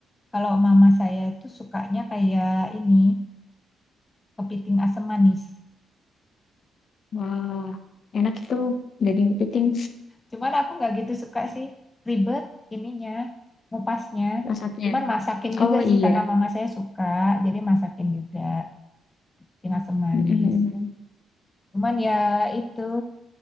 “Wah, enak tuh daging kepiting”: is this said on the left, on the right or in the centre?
Left